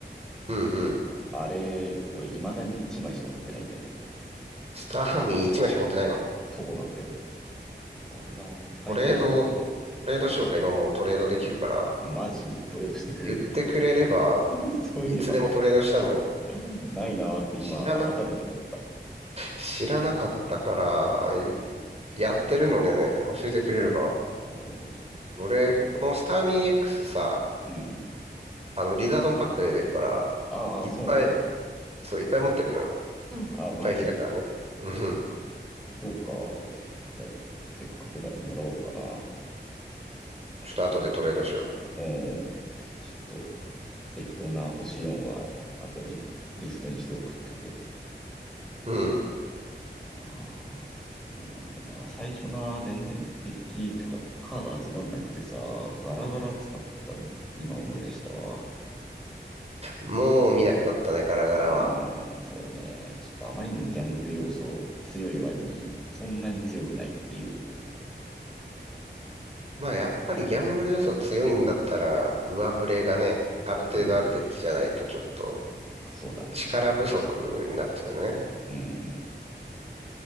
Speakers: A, on the right; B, in the centre.
A: うんうん。
B: あれ、俺、未だに1枚しか持ってないんだよね。
A: スターミー1枚しか持ってないの
B: そうなんだよ。あれな、使いたいなって思う。
A: トレード、トレードしようか、
B: あと、
A: 今もうトレードできるから、
B: マジ、トレードしてくれる
A: 言ってくれれば、
B: <laughs> そういえば
A: いつでもトレードしたのに、
B: <laughs>、ないなって今、
A: 知らな、
B: 改めて思った。
A: 知らなかったから、言やってるのね、教えてくれれば。
B: もう、ちょっと後で。
A: 俺、このスターミー X さ、
B: うん。
A: あの、リザードンパックで出るから、
B: ああ、
A: いっぱい、
B: そうなんだ。
A: そう、いっぱい持ってるのよ。
B: あ、
A: いっぱい引いたからね。
B: マジ。
A: うん。
B: そうか。じゃあ、せっかくならもらおうかな。
A: ちょっと後でトレードしよ
B: おーちょっと適当な星4は後でリストにして送っとくよ。
A: う。うん。
B: ああ、そうなんだよな。最初な、全然デッキとかカード集まんなくてさ、ガラガラ使ったの、今思い出したわ。
A: もう見なくなったね、ガラガラは。
B: うーん、そうね。ちょっとあまりにもギャンブル要素強い割に、そんなに強くないっていう。
A: まあ、やっぱりギャンブル要素強いんだったら、上振れがね、ある程度あるデッキじゃないと、
B: うん。
A: ちょっと
B: まあ、そうだね。
A: 力不足になっちゃうね。
B: うん、